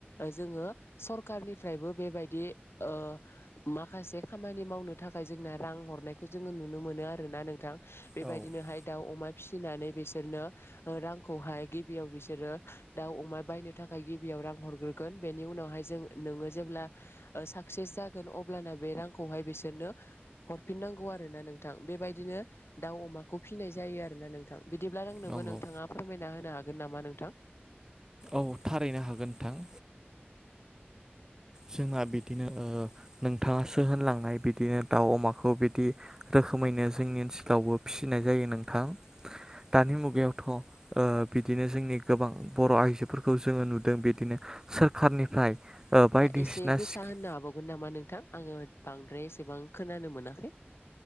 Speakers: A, on the left; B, on the right.
A: जोङो सरकारनिफ्रायबो बेबायदि ओ माखासे खामानि माव नो थाखाय जों रां हरनायखौ जो नुनो मोनो आरोना नोंथां बेबायदिनोहाय
B: औ
A: दाउ अमा फिसिना नानै बिसोरनो रांखौहाय गिबियाव बिसोरो दाउ अमा बायनो थाखाय गिबियाव रां हरग्रोगोन बेनि उनावहाय जों नोङो जेब्ला ओ साक्सेस जागोन अब्लाना बे रांखौहाय बिसोरनो हरफिननांगौ आरोना नों थां बेबायदिनो दाउ अमाखौ फिनाय जायो आरोना नोंथां बिदिब्ला रोंनोबो
B: नंगौ
A: नोंथाङा फोरमायना हो नो हागोन नामा नोंथां?
B: औ थारैनो हागोन नोंथां। जोंहा बिदिनो ओ नोंथाङासो होनलांनाय बिदिनो दाउ अमाखौ बिदि रोखोमैनो जोंनि ओनसोलावबो फिसिनाय जायो नोंथां। दानि मुगायावथ' ओ बिदिनो जोंनि गोबां बर' आइजोफोरखौ जोङो नुदों बिदिनो सोर खारनिफ्राय ओ बायदिसिना
A: एसे गोसा
B: स्किम
A: होननो हाबावगोन नामा नोंथां आङो बांद्राय एसेबां खोनानो मोनाखै।